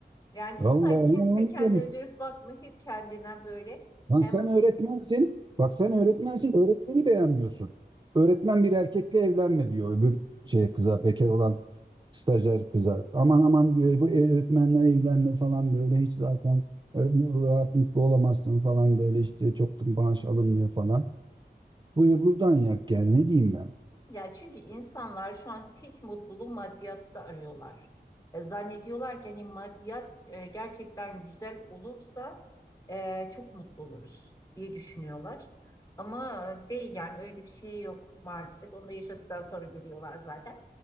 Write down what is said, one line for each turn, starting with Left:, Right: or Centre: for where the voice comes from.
Left: Yani insan
Right: Allah Allah.
Left: kimse kendine dönüp bakmıyor, hep kendine böyle.
Right: Lan
Left: Hem
Right: sen öğretmensin. Bak sen
Left: hı.
Right: öğretmensin. Öğretmeni beğenmiyorsun. Öğretmen bir erkekle evlenme diyor öbür şey kıza bekar olan stajyer kıza. Aman aman diyor bu öğretmenle evlenme falan böyle hiç zaten öğretmen rahat mutlu olamazsın falan böyle işte çok da maaş alınmıyor falan. Buyur buradan yak yani ne diyeyim ben.
Left: Ya çünkü insanlar şu an tek mutluluğu maddiyatta arıyorlar. E, zannediyorlar ki hani maddiyat e, gerçekten güzel olursa e, çok mutlu oluruz diye düşünüyorlar. Ama değil yani öyle bir şey yok maalesef. Onu da yaşadıktan sonra görüyorlar zaten.